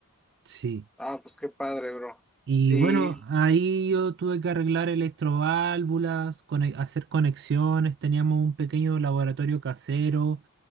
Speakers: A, on the right; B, in the centre.
A: sí.
B: Ah, pues qué padre, bro.
A: Y
B: Y,
A: bueno, ahí yo tuve que arreglar electroválvulas, cone- hacer conexiones, teníamos un pequeño laboratorio casero